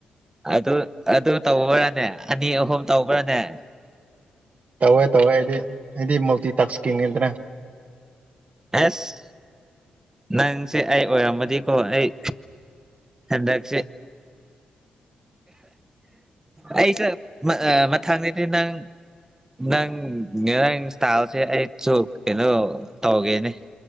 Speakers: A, on the right; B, on the right.
A: ꯑꯗꯨ ꯑꯗꯨ ꯇꯧꯕ꯭ꯔꯥꯅꯦ ꯑꯅꯤ ꯑꯍꯨꯝ ꯇꯧꯕ꯭ꯔꯥꯅꯦ
B: ꯇꯧꯋꯦ ꯇꯧꯋꯦ ꯑꯩꯗꯤ ꯑꯩꯗꯤ ꯃꯜꯇꯤ ꯇꯥꯛꯁꯀꯤꯗꯅ
A: ꯑꯦꯁ ꯅꯪꯁꯦ ꯑꯩ ꯑꯣꯏꯔꯝꯃꯗꯤꯀꯣ ꯑꯩ꯫ ꯍꯟꯗꯛꯁꯦ꯫ ꯑꯩꯁꯦ ꯃꯊꯪꯗꯗꯤ ꯅꯪ꯫ ꯅꯪ ꯅꯪ ꯏꯁꯇꯥꯥꯏꯜꯁꯦ ꯑꯩꯁꯨ ꯀꯩꯅꯣ ꯇꯧꯒꯦꯅꯦ꯫